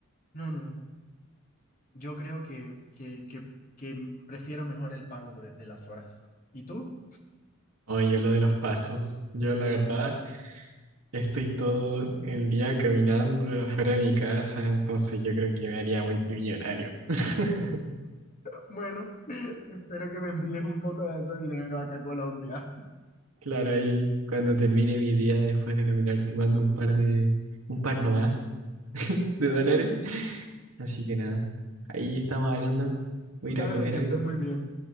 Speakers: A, on the left (about 40°); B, on the right (about 80°).
A: no, no. Yo creo que, que, que, que prefiero mejor el pago de, de las horas. ¿Y tú?
B: Oye, yo lo de los pasos, yo la verdad Estoy todo el día caminando afuera de mi casa, entonces yo creo que me haría multimillonario. <laughs>
A: Bueno, <laughs> espero que me envíes un poco de ese dinero acá a Colombia.
B: Claro, ahí cuando termine mi día después de caminar te mando un par de, un par nomás de dólares. Así que nada, ahí estamos hablando. Voy
A: <laughs>
B: a ir
A: Dale,
B: a comer
A: que
B: algo.
A: estés muy bien.